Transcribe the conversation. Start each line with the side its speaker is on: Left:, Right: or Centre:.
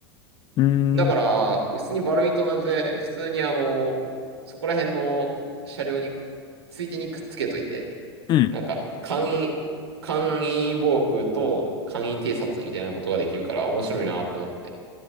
Left: うーん。
Right: だから、普通にバルミと同じで、普通にあの、そこら辺の車両に、ついでにくっつけといて、
Left: うん。
Right: なんか、簡易、簡易防空と簡易偵察みたいなことができるから面白いなと思って。